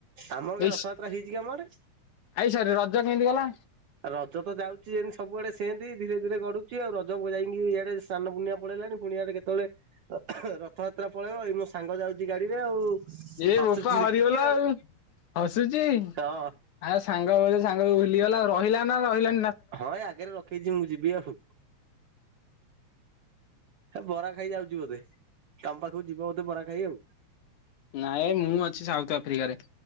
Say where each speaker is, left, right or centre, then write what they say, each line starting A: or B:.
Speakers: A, on the right; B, on the left.
A: ଆମର କାଇଁ
B: ଏଇସ୍
A: ରଥଯାତ୍ରା ହେଇଛି କି ଆମ ଆଡେ
B: ଏଇ ସରି ରଜ କେମିତି ଗଲା?
A: ରଜ ତ ଯାଉଚି ଯେମିତି ସବୁଆଡେ ସେମତି ଧୀରେ ଧୀରେ ଗଡୁଚି ଆଉ ରଜ ଉ ଯାଇକି ଇଆଡେ ସ୍ନାନ ପୂର୍ଣ୍ଣିମା ପଳେଇ ଣି ପୁଣିଆଟେ କେତେବେଳେ ରଥଯାତ୍ରା ପଳେଇବ ଏଇ ମୋ ସାଙ୍ଗ ଯାଉଚି ଗାଡିରେ ଆଉ।
B: ଏ
A: ହସୁଛି
B: ବୋପା ହରିବୋଲ
A: ଦେଖିକି
B: ଆଉ ହସୁଚି
A: ହଁ
B: ଆ ସାଙ୍ଗ ବୋଲି ସାଙ୍ଗକୁ ଭୁଲିଗଲା ରହିଲା ନା ରହିଲା
A: ହଁ ଏ ଆଗରେ ରଖେଇଚି ମୁଁ ଯିବି ଆଉ। ହେ ବରା ଖାଇ ଯାଉଚି ବୋଧେ ତମ ପାଖକୁ ଯିବ ବୋଧେ ବରା ଖାଇ ଆଉ
B: ନାଇଁ ମୁଁ ଅଛି ସାଉଥ ଆଫ୍ରିକାରେ।